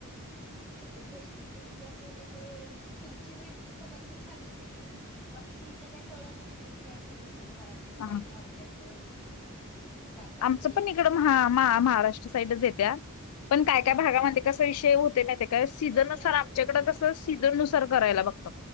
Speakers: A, in the centre; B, on the left.
A: आमच्याकडे स्पेशल म्हणजे इतकं असं हे काही एवढं नाही हे तुमचे हे पदार्थ छान आहेत एकदम बाकीचे इथलं काय तळण आणि हेन ते असंच असतं महाराष्ट्र साईड
B: ह
A: ला आपल्या इकडं अ म्हणजे सातारकडे
B: आमचं पण इकडं महा महा महाराष्ट्र साईडलाच येत्या पण काय
A: हा
B: काय भागामध्ये
A: हा
B: कसा विषय होतेय माहीत आहे का सीझन
A: वेगळा
B: नुसार आमच्याकडे
A: भाग येतो
B: कस सीझन नुसार करायला बघत